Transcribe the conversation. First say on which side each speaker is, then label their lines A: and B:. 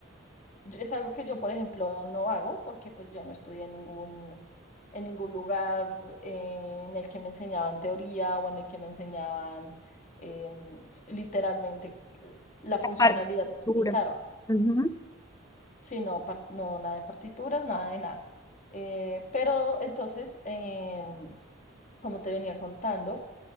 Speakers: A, on the left (about 35°); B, on the left (about 15°).
A: yo- Es algo que yo, por ejemplo, no hago porque pues yo no estudié en ningún, en ningún lugar eh, en el que me enseñaban teoría o en el que me enseñaban em, literalmente la funcionalidad
B: la partitura?
A: de la guitarra,
B: Ujú.
A: sino par- no nada de partituras, nada de nada. Eh, pero entonces, em, como te venía contando,